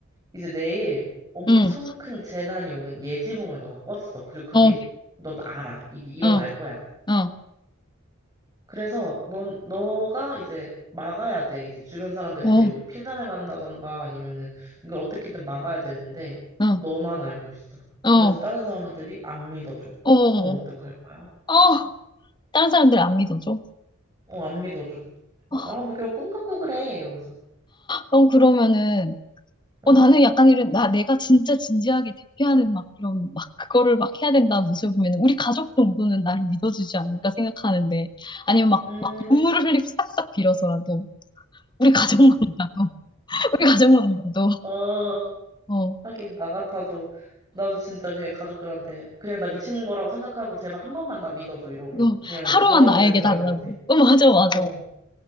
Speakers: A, on the right (about 20°); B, on the left (about 20°).
A: 이제 내일 엄청
B: 응,
A: 큰 재난이 오는 예지몽을 너가 꿨어. 그리고 그게
B: 어,
A: 넌 알아. 이게 일어날
B: 어,
A: 거야.
B: 어,
A: 그래서 넌 너가 이제 막아야 돼. 이제 주변 사람들이
B: 어,
A: 데리고
B: 어,
A: 피난을 간다던가 아니면은 이걸 어떻게든 막아야 되는데
B: 어,
A: 너만 알고 있어.
B: 어.
A: 그래서 다른 사람들이 안 믿어줘.
B: 어, 어,
A: 그럼 어떡할 거야?
B: 아, 다른 사람들 안 믿어줘?
A: 어, 안 믿어줘. 막,
B: 아,
A: 아, 뭐, 겨꿈 갖고 그래. 이러면서.
B: 어, 그러면은,
A: 응.
B: 어, 나는 약간 이런, 나, 내가 진짜 진지하게 대피하는 막 이런, 막 그거를 막 해야 된다는 모습을 보면 우리 가족 정도는 나를 믿어주지 않을까 생각하는데, 아니면 막,
A: 음,
B: 막 눈물을 흘리고 싹싹 빌어서라도, 우리 가족만이라도, <laughs> 우리 가족만이라도,
A: 어,
B: 어, 어,
A: 하긴 나 같아도 나도 진짜 그냥 가족들한테 그냥 나 미친 거라고 생각하고 제발 한 번만 나 믿어줘 이러고
B: 너
A: 그냥
B: 하루만
A: 공항으로
B: 나에게
A: 데리고 갈
B: 달라고.
A: 것 같아.
B: 어, 맞아, 맞아.
A: 어,